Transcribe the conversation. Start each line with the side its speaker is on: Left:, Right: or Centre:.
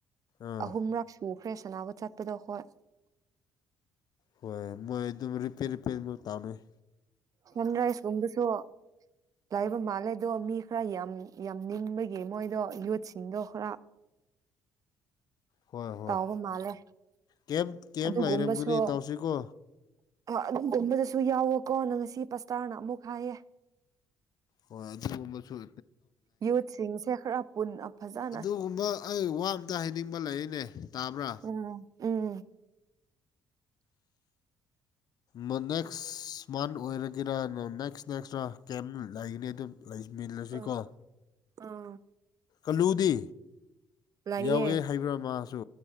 Left: ꯑꯥ
Right: ꯑꯍꯨꯝꯔꯛ ꯄꯨꯈ꯭ꯔꯦ ꯁꯅꯥꯕꯨ ꯆꯠꯄꯗꯣ ꯍꯈꯣꯏ
Left: ꯍꯣꯏ ꯃꯣꯏ ꯑꯗꯨꯝ ꯔꯤꯄꯦ ꯔꯤꯄꯦꯔ ꯃ ꯇꯥꯎꯅꯩ
Right: ꯅꯟ꯭ꯔꯥꯏꯁ ꯃꯗꯁꯨꯣ ꯂꯥꯛꯕ ꯃꯥꯜꯂꯦꯗꯣ ꯃꯤ ꯈꯔ ꯌꯥꯝ ꯌꯥꯝ ꯅꯤꯡꯕꯒꯤ ꯃꯣꯏꯗꯣ ꯌꯨꯠꯁꯤꯡꯗꯣ ꯈꯔ
Left: ꯍꯣꯏ ꯍꯣꯏ
Right: ꯇꯥꯎꯕ ꯃꯥꯜꯂꯦ
Left: ꯀꯦꯝ ꯀꯦꯝ
Right: ꯑꯗꯨꯒꯨꯝꯕꯁꯨ
Left: ꯂꯩꯔꯝꯒꯅꯤ
Right: ꯑ
Left: ꯇꯧꯁꯤꯀꯣ
Right: ꯑꯗꯨꯒꯨꯝꯕꯗꯁꯨ ꯌꯥꯎꯋꯣꯀꯣ ꯅꯪ ꯉꯁꯤ ꯄꯁꯇꯥꯔꯅ ꯑꯃꯨꯛ ꯍꯥꯏꯌꯦ
Left: ꯍꯣꯏ ꯑꯗꯨꯒꯨꯝꯕꯁꯨ ꯇꯧ
Right: ꯌꯨꯠꯁꯤꯡꯁꯦ ꯈꯔ ꯄꯨꯟꯅ ꯐꯖ
Left: ꯑꯗꯨꯒꯨꯝꯕ ꯑꯩ ꯋꯥ ꯑꯝꯇ ꯍꯥꯏꯅꯤꯡꯕ ꯂꯩꯔꯤꯅꯦ ꯇꯥꯕ꯭ꯔꯥ
Right: ꯎꯝ ꯎꯝ <unintelligible>
Left: ꯃꯅꯛꯁ ꯁꯨꯃꯥꯟ ꯑꯣꯏꯔꯒꯦꯔꯥ ꯅ ꯅꯦꯛꯁ ꯅꯦꯛꯁꯇꯔꯥ ꯀꯦꯝ ꯂꯩꯒꯅꯤ ꯑꯗꯨꯝ ꯂꯩꯃꯤꯜꯂꯁꯤꯀꯣ
Right: ꯎꯝ ꯎꯝ
Left: ꯑꯜꯂꯨꯗꯤ
Right: ꯂꯩꯌꯦ
Left: ꯌꯥꯎꯒꯦ ꯍꯥꯏꯕ꯭ꯔꯥ ꯃꯥꯁꯨ